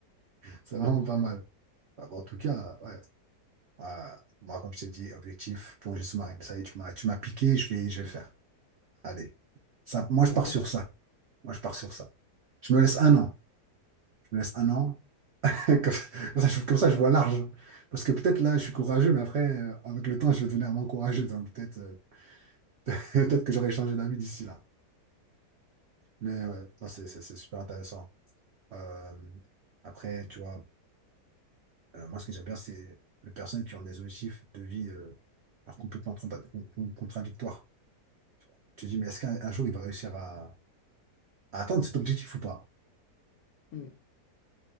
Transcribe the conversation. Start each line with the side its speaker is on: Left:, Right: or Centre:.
Right: C'est vraiment pas mal. Bah, bon, en tout cas, ouais, ouais, moi, comme je t'ai dit, objectif, plongée sous-marine. Ça y est, tu m'as, tu m'as piqué, je vais, je vais le faire. Allez. Ça, moi,
Left: pourquoi
Right: je pars sur
Left: pas.
Right: ça. Moi, je pars sur ça. Je me laisse un an. Je me laisse un an. <laughs> Comme ça, je, comme ça, je vois large. Parce que peut-être là, je suis courageux, mais après, euh, avec le temps, je vais devenir moins courageux. Donc peut-être euh, <laughs> peut-être que j'aurai changé d'avis d'ici là. Mais ouais, non, c'est c'est- c'est super intéressant. Euh, après, tu vois, euh, moi, ce que j'aime bien, c'est les personnes qui ont des objectifs de vie euh, alors complètement contra- con- contradictoires. Tu te dis, mais est-ce qu'un un jour, il va réussir à, à atteindre cet objectif ou pas?
Left: Hmm.